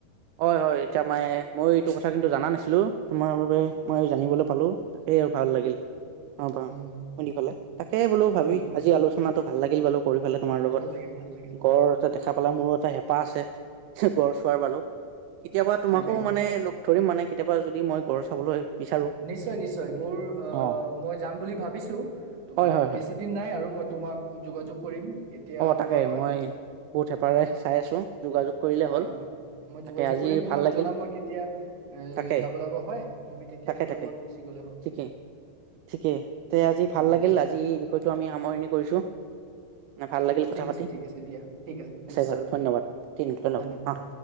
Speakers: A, on the right; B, on the right.
A: হয় হয় এতিয়া মানে মই এইটো কথা কিন্তু জাননা নাছিলোঁ তোমাৰ বাবে মই জানিবলৈ পালোঁ তাকেই আৰু ভাল লাগিল। অ প
B: উম
A: শুনি পালে তাকে বোলো ভাবি
B: উম উম,
A: আজি আলোচনাতোক। ভাল লাগিল বালু কৰি ফালে তোমাৰ লগত
B: ভাল লাগিল ভাল লাগিল
A: গড় এটা দেখা গ'লা মোৰো এটা হেঁপাহ আছে গড় চোৱাৰ বাৰু কেতিয়াবা তোমাকো
B: হয়নে
A: মানে ধৰিম মানে কেতিয়াবা যদি মই গড়ৰ চাবলৈ বিচাৰো
B: নিশ্চয় নিশ্চয় মোৰ আহ
A: অ
B: মই যাম বুলি ভাবিছোঁ তোমাৰ
A: হয় হয় হয়
B: বেছি দিন নাই আৰু মই। তোমাক যোগাযোগ কৰিম। কেতিয়া
A: অ তাকে
B: যোৱা হয়
A: মই বহুত হেপাৰে চাই আছোঁ যোগাযোগ কৰিলে হ'ল
B: আহ মই
A: তাকে
B: যোগাযোগ
A: আজি
B: কৰিম তোমাক
A: ভাল লাগিল
B: জনাম মই কেতিয়া এ
A: তাকে
B: যাব লগা হয় তুমি তেতিয়া
A: তাকে
B: মোৰ
A: তাকে
B: লগত গুচি গ'লে হ'ল
A: ঠিকেই ঠিকেই তে আজি ভাল
B: উ।
A: লাগিল আজি বিষয়টো আমি সামৰণি কৰিছো মানে ভাল লাগিল কথা
B: ঠিক
A: পাতি
B: আছে ঠিক আছে দিয়া ঠিক আছে নিশ্চয়
A: বাৰু ধন্যবাদ দিম
B: ধন্যবাদ।
A: অ